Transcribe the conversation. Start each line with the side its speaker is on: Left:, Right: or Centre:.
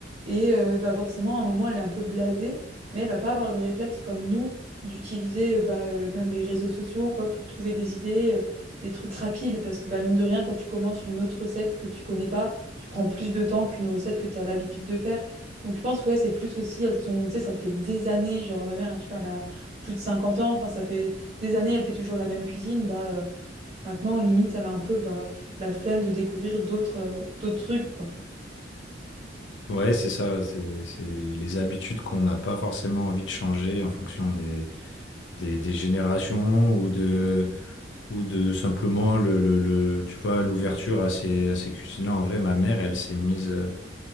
Right: Et euh, bah, forcément, à un moment, elle est un peu blasée, mais elle va pas avoir le réflexe comme nous d'utiliser euh, bah, euh, même les réseaux sociaux quoi pour trouver des idées, euh, des trucs rapides parce que bah, mine de rien quand tu commences une autre recette que tu connais pas, tu prends plus de temps qu'une recette que tu as l'habitude de faire. Donc je pense ouais, c'est plus aussi elles sont tu sais ça fait des années, genre ma mère, je sais pas, elle a plus de 50 ans, enfin ça fait des années, elle fait toujours la même cuisine, bah euh, maintenant limite elle a un peu bah, pff, la flemme de découvrir d'autres euh, d'autres trucs quoi.
Left: Ouais, c'est ça, c'est c'est les habitudes qu'on n'a pas forcément envie de changer en fonction des, des, des générations ou de, ou de simplement le, le, le- tu vois, l'ouverture à ces, à ces cuisines-là. En vrai, ma mère, elle s'est mise. euh,